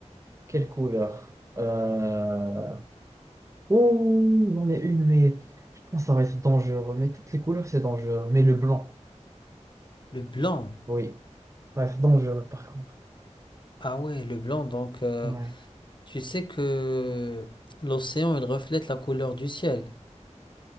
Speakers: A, on the right (about 25°); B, on the left (about 40°).
A: quelle couleur? Euh... Oh, j'en ai une, mais je pense que ça va être dangereux. Mais toutes les couleurs, c'est dangereux. Mais le blanc,
B: Le blanc.
A: oui. Ça reste dangereux, par contre.
B: Ah ouais, le blanc. Donc, euh,
A: Ouais.
B: tu sais que l'océan, il reflète la couleur du ciel.